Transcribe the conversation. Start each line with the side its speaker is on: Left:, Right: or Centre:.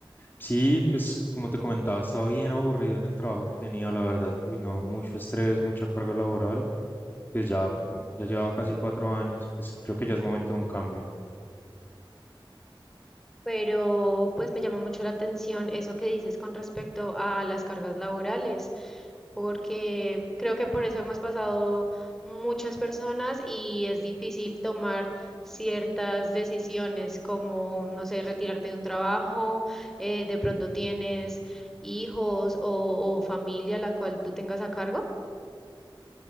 Left: Sí, pues como te comentaba, estaba bien aburrido en el trabajo que tenía, la verdad. Uy, no, mucho estrés, mucha carga laboral. Pues ya, pu, ya llevaba casi cuatro años. Pues creo que ya es momento de un cambio.
Centre: pero pues me llama mucho la atención eso que dices con respecto a las cargas laborales, porque creo que por eso hemos pasado muchas personas y es difícil tomar ciertas decisiones como, no sé, retirarte de un trabajo, eh, de pronto tienes hijos o, o familia la cual tú tengas a cargo.